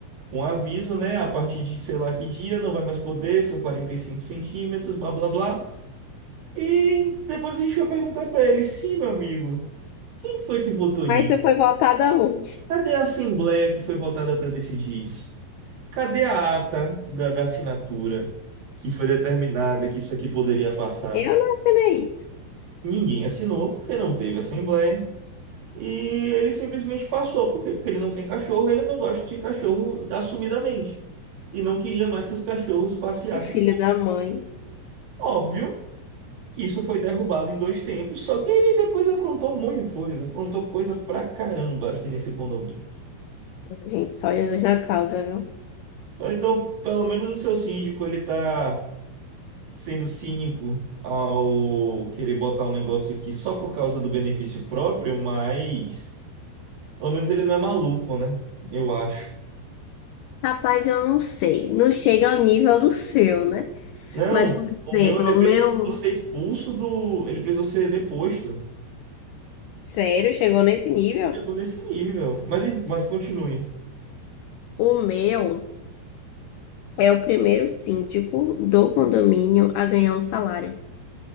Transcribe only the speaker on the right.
um aviso, né? A partir de sei lá que dia, não vai mais poder, são 45 centímetros, blá blá blá. E depois a gente vai perguntar para ele: sim, meu amigo, quem foi que votou
nisso?
Cadê a assembleia que foi votada para decidir isso. Cadê a ata da, da assinatura que foi determinada que isso aqui poderia passar?
Ninguém assinou porque não teve assembleia. E ele simplesmente passou. Por quê? Porque ele não tem cachorro, ele não gosta de cachorro assumidamente. E não queria mais que os cachorros passeassem.
no-
Óbvio que isso foi derrubado em dois tempos, só que ele depois aprontou um monte de coisa. Aprontou coisa pra caramba aqui nesse condomínio.
Então, pelo menos o seu síndico, ele tá. sendo cínico ao querer botar um negócio aqui só por causa do benefício próprio, mas pelo menos ele não é maluco, né? Eu acho.
Não,
o
meu ele
precisou
ser expulso do. Ele precisou ser deposto.
Chegou nesse nível. Mas, enfim, mas continue.